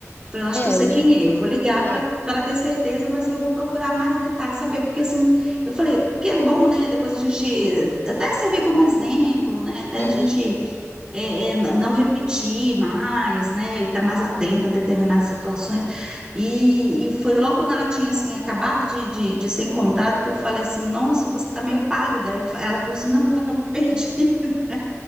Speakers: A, on the right (about 15°); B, on the left (about 35°).
A: Falei, eu acho
B: É,
A: que eu sei
B: eu levo.
A: quem é, eu vou ligar
B: É.
A: para para ter certeza, mas eu vou procurar mais detalhes, saber, porque assim, eu falei, que é bom, né? Depois a gente até servir como exemplo, né? Até
B: Uhum.
A: a gente é, é, n- não repetir mais, né? Estar mais atenta a determinadas situações. E, e foi logo quando ela tinha assim, acabado de, de, de ser encontrada, que eu falei assim, nossa, você está meio pálida. Eu ela falou assim, não, eu estava perdida. <laughs>